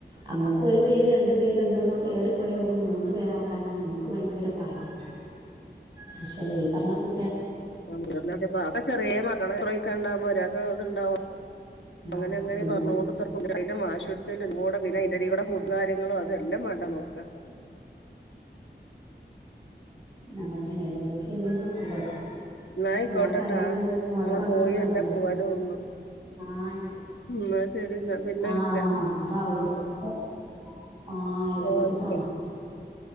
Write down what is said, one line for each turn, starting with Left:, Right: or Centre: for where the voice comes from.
Right: നമ്മുക്ക് ഒരു പേര് രണ്ട് പേര് നമ്മൾ ഏറി പോയ നമ്മുക്ക് മൂന്ന് പേരെ നോക്കാൻ തന്നെ നമുക്ക് ഭയങ്കര പാടാണ് പക്ഷെ ഈ പറഞ്ഞ കു
Left: <unintelligible> ചെറിയ മകളെ <unintelligible> ഒരാക്ക് ണ്ടാവോ അങ്ങനെങ്ങനെ
Right: ആഹ് പിന്നെ
Left: പറഞ്ഞൊണ്ട് വാശി പിടിച്ച് കൂടെ പിന്നെ അതിന്റ ഇടെ കൂടെ ഫുഡ്‌ വാരി നിങ്ങളോ അതെല്ലാം വേണ്ട നോക്കൻ
Right: അതന്നെയാണ് ഓൾക്ക് എല്ലാരും വേണ്ടേ
Left: എന്നാ ആയിക്കോട്ടെട്ടാ
Right: എല്ലാ കാര്യങ്ങളും കഴിഞ്ഞിട്ടും
Left: ഇങ്ങളെ
Right: ഓലെ പറഞ്ഞിട്ടും
Left: കോഴി
Right: കാര്യമില്ല
Left: എല്ലാം കൂവലും ഉണ്ട്
Right: ആയി
Left: ഉം എന്നാ ശരി എന്നാ പിന്നെ
Right: ആഹ്
Left: വിളിക്കാം.
Right: അതവിടുത്തെ ആഹ് അയലോക്കത്തെത്താണ്
Left: ആ